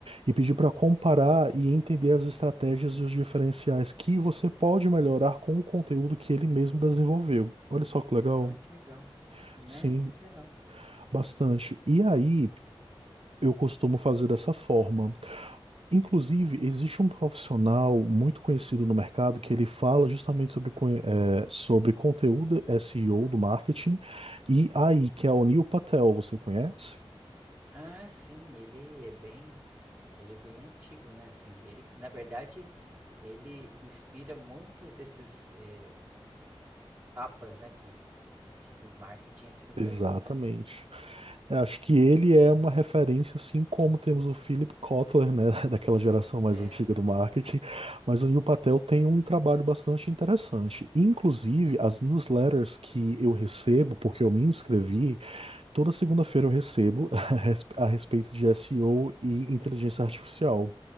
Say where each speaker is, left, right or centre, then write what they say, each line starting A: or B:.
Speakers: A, on the right; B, on the right.
A: e pedir para comparar e entender as estratégias e os diferenciais que você pode melhorar com o conteúdo que ele mesmo desenvolveu. Olha só que legal.
B: ai que legal, né?
A: Sim,
B: Muito legal.
A: bastante. E aí, eu costumo fazer dessa forma. Inclusive, existe um profissional muito conhecido no mercado que ele fala justamente sobre, conhe- eh, sobre conteúdo SEO do marketing e AI, que é o Neil Patel, você conhece?
B: Ah, sim, ele é bem, ele é bem antigo, né? Assim, ele, que- na verdade, ele inspira muitos desses eh, papas, né, que, que- de- do marketing aqui no Brasil,
A: Exatamente.
B: não é?
A: Eu acho que ele é uma referência, assim como temos o Philip Kotler, né, <laughs> daquela geração mais
B: É.
A: antiga do marketing, mas o Neil Patel tem um trabalho bastante interessante. Inclusive, as newsletters que eu recebo, porque eu me inscrevi, Toda segunda-feira eu recebo <laughs> a res- a respeito de SEO e O e inteligência artificial.